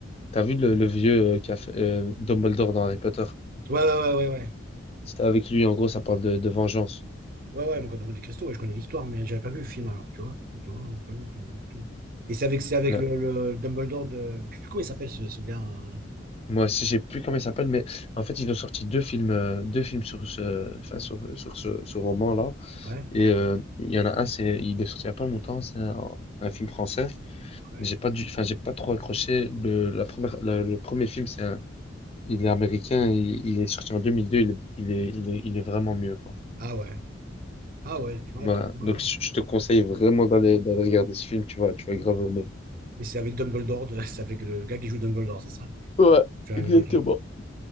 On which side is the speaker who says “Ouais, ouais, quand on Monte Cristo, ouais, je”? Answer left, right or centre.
Right